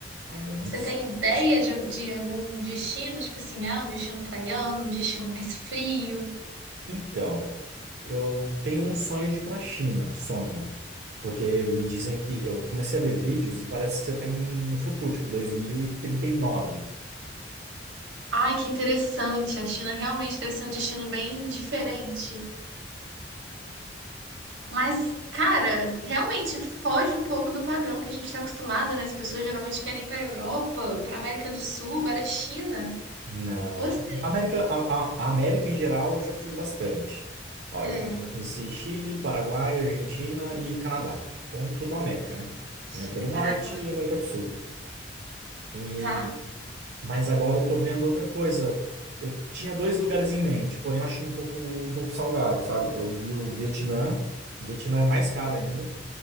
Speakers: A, on the right; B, on the right.
A: Ainda não
B: Você
A: sei.
B: tem ideia de, de algum destino, tipo assim, ah, um destino praiano, um destino mais frio?
A: Então, eu tenho um sonho de ir para a China, sonho. Porque me dizem que eu comecei a ver vídeos e parece que você tá em- no futuro, tipo 2039.
B: Ai, que interessante. A China realmente deve ser um destino bem diferente. Mas, cara, realmente foge um pouco do padrão que a gente está acostumado, né? As pessoas geralmente querem ir para a Europa, para a América do Sul, para a China.
A: Não.
B: Gostei.
A: A América, a, a- a América em geral eu já fui bastante. Ó,
B: É,
A: eu já conheci Chile, Paraguai, Argentina e Canadá. Então, tudo América, né?
B: Chile,
A: América do
B: Paraguai.
A: Norte e América do Sul. E,
B: Tá.
A: mas agora eu tô vendo outra coisa. Eu tinha dois lugares em mente, porém eu achei um pouco, um pouco salgado, sabe? Eu vi o Vietnã. Vietnã é mais caro ainda.